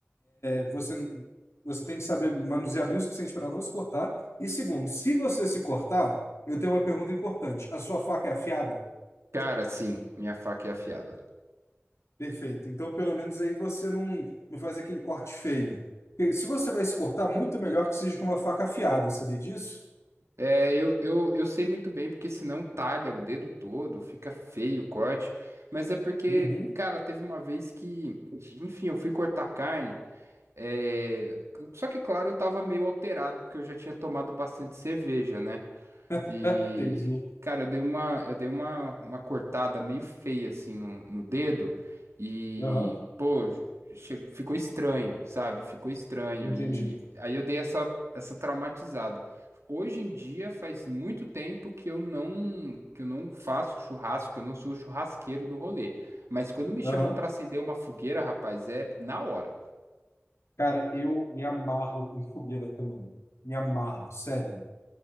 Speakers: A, on the left (about 85°); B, on the right (about 80°).
A: você, você tem que saber manusear bem o suficiente para não se cortar. E segundo, se você se cortar, eu tenho uma pergunta importante. A sua faca é afiada?
B: Cara, sim, minha faca é afiada.
A: Perfeito. Então, pelo menos aí você não, não faz aquele corte feio. Porque se você vai se cortar, muito melhor que seja com uma faca afiada, sabia disso?
B: É, eu, eu, eu sei muito bem, porque senão talha o dedo todo, fica feio o corte. Mas é porque,
A: Uhum.
B: cara, teve uma vez que, enfim, eu fui cortar carne. é, Só que, claro, eu tava meio alterado, porque eu já tinha tomado bastante cerveja, né?
A: <laughs>
B: E,
A: Entendi.
B: cara, eu dei uma, eu dei uma, uma cortada meio feia assim no, no dedo e,
A: Aham.
B: pô, che- ficou estranho, sabe? Ficou estranho.
A: Entendi.
B: E aí eu dei essa, essa traumatizada. Hoje em dia faz muito tempo que eu não, que eu não faço churrasco, que eu não sou o churrasqueiro do rolê. Mas quando me
A: Aham.
B: chamam pra acender uma fogueira, rapaz, é na hora.
A: Cara, eu me amarro em fogueira também. Me amarro, sério.